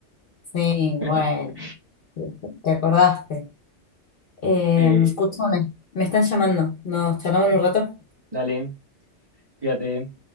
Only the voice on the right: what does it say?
<laughs>
Eh,
dale, cuídate.